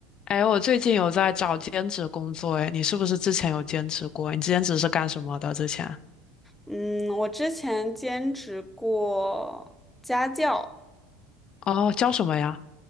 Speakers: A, on the left (about 40°); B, in the centre.
A: 哎，我最近有在找兼职工作，哎，你是不是之前有兼职过？你兼职是干什么的？之前？
B: 嗯，我之前兼职过家教，
A: 哦，教什么呀？